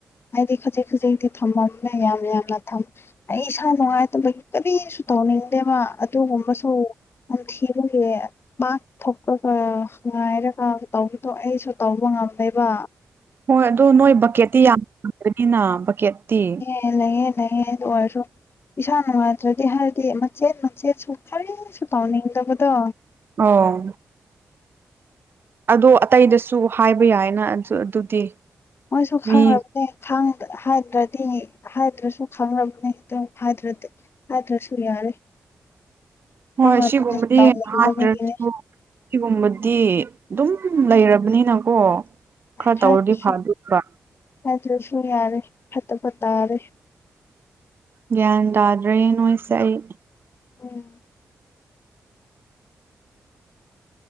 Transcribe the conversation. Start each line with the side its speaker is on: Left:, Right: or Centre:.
Left: ꯍꯥꯏꯗꯤ ꯈꯖꯤꯛ ꯈꯖꯤꯛꯇꯤ ꯊꯝꯃꯝꯅꯤꯅ ꯌꯥꯝ ꯌꯥꯝꯅ ꯊꯝ ꯑꯩ ꯏꯁꯥ ꯅꯨꯡꯉꯥꯏꯇꯕ ꯀꯔꯤꯁꯨ ꯇꯧꯅꯤꯡꯗꯦꯕ ꯑꯗꯨꯒꯨꯝꯕꯁꯨ ꯊꯤꯕꯦ ꯃꯥꯥꯛ ꯊꯄꯒ ꯉꯥꯏꯔꯒ ꯇꯧꯕꯗꯣ ꯑꯩꯁꯨ ꯇꯧꯕ ꯉꯝꯅꯦꯕ
Right: ꯍꯣꯏ ꯑꯗꯨꯗꯣ ꯅꯣꯏ ꯕꯛꯀꯦꯠꯇꯤ ꯌꯥꯝ ꯄꯗ꯭ꯔꯅꯤꯅ ꯕꯛꯀꯦꯠꯇꯤ
Left: ꯦ ꯂꯩꯍꯦ ꯂꯩꯍꯦ ꯑꯣꯏꯔꯁꯨ ꯏꯁꯥ ꯅꯨꯡꯉꯥꯏꯇ꯭ꯔꯗꯤ ꯍꯥꯏꯔꯗꯤ ꯃꯆꯦꯠ ꯃꯆꯦꯠ ꯁ ꯈꯔꯤꯁꯨ ꯇꯥꯎꯅꯤꯡꯗꯕꯗꯣ
Right: ꯑꯣ ꯑꯗꯣ ꯑꯇꯩꯗꯁꯨ ꯍꯥꯏꯕ ꯌꯥꯏꯅ ꯑꯗꯨ ꯑꯗꯨꯗꯤ
Left: ꯃꯣꯏꯁꯨ ꯈꯪꯦ
Right: ꯃꯤ
Left: ꯍꯥꯏꯗ꯭ꯔꯗꯤ ꯍꯥꯏꯗ꯭ꯔꯁꯨ ꯈꯥꯡꯅꯕꯅꯤ ꯈꯤꯇꯪ ꯍꯥꯏꯗ꯭ꯔꯗꯤ ꯑꯗ꯭ꯔꯁꯨ ꯌꯥꯔꯦ
Right: ꯍꯣꯏ
Left: ꯈꯪꯔꯕꯅꯦ
Right: ꯑꯁꯤ ꯨꯝꯂꯤ
Left: ꯇꯧꯅꯤꯡꯗꯕꯒꯤꯅꯦ
Right: ꯍꯥ ꯔ ꯁꯤꯒꯨꯝꯕꯗꯤ ꯑꯗꯨꯝ ꯂꯩꯔꯕꯅꯤꯅꯀꯣ ꯈꯔ
Left: ꯊꯗꯁꯨ
Right: ꯇꯧꯔꯗꯤ ꯐꯗꯣꯏꯕ
Left: ꯈꯗꯁꯨ ꯌꯥꯔꯦ ꯐꯠꯇ ꯐꯠꯇꯔꯦ
Right: ꯒ꯭ꯌꯥꯟ ꯇꯥꯗ꯭ꯔꯦ ꯅꯣꯏꯁꯦ ꯑꯩ
Left: ꯎꯝ